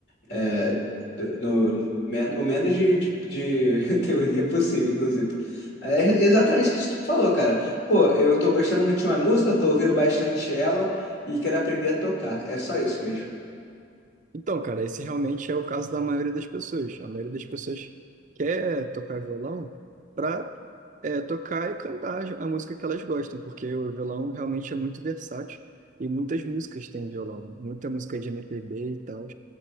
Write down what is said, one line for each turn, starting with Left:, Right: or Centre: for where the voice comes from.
Left: É, do- no, men- o menos de, de, de <laughs> teoria possível, inclusive. É exatamente o que tu falou, cara. Pô, eu tô gostando muito de uma música, tô ouvindo bastante ela e quero aprender a tocar. É só isso mesmo.
Right: Então, cara, esse realmente é o caso da maioria das pessoas. A maioria das pessoas quer tocar violão para tocar e cantar a música que elas gostam, porque o violão realmente é muito versátil e muitas músicas têm violão, muita música de MPB e tal.